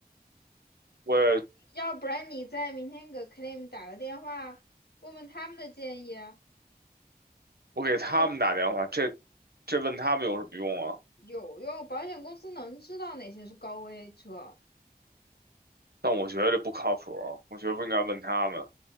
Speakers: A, on the right; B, on the left.
A: 我也
B: 要不然你再明天给 claim 打个电话，问问他们的建议，
A: 我给他们打电话，
B: 就
A: 这这问他们有什么用啊？
B: 有用。保险公司能知道哪些是高危车，
A: 但我觉得这不靠谱啊，我觉得不应该问他们。